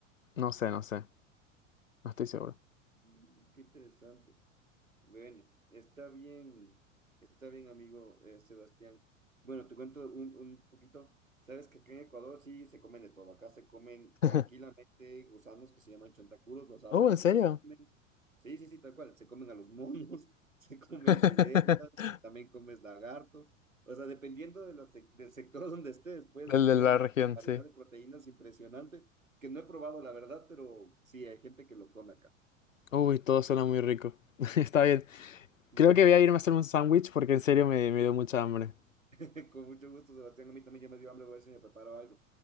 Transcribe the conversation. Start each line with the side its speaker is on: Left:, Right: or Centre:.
Left: no sé, no sé, no estoy seguro.
Right: mm, qué interesante. Bueno, está bien, está bien, amigo eh, Sebastián. Bueno, te cuento un, un poquito. Sabes que acá en Ecuador sí se comen de todo. Acá se comen tranquilamente
Left: <laughs>
Right: gusanos que se llaman chontacuros, los asan
Left: Oh,
Right: y
Left: ¿en serio?
Right: se los comen. Sí, sí, sí, tal cual. Se comen a los monos, <laughs> se comen
Left: <laughs>
Right: culebras, también comes lagarto. O sea, dependiendo de la sec- del sector <laughs> donde estés, puedes
Left: El
Right: encontrar
Left: de la
Right: una
Left: región,
Right: variedad
Left: sí.
Right: de proteínas impresionante que no he probado, la verdad, pero sí, hay gente que lo come acá.
Left: Uy, todo suena muy rico. <laughs> Está bien.
Right: Ujú.
Left: Creo que voy a irme a hacer un sándwich porque en serio me, me dio mucha hambre.
Right: <laughs> Con mucho gusto, Sebastián. A mí también ya me dio hambre, voy a ver si me preparo algo.